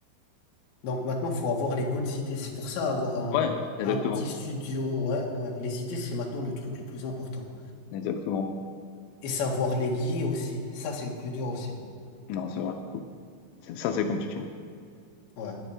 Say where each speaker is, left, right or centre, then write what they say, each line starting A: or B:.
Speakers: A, on the left; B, on the left.
A: Donc maintenant, faut avoir les bonnes idées. C'est pour ça avoir un,
B: Ouais, exactement,
A: un petit studio. Ouais, ouais. Les idées, c'est maintenant le truc le plus important.
B: exactement.
A: Et savoir les lier aussi. Ça, c'est le plus dur aussi.
B: Non, c'est vrai. C'est- Ça, c'est compliqué.
A: Ouais.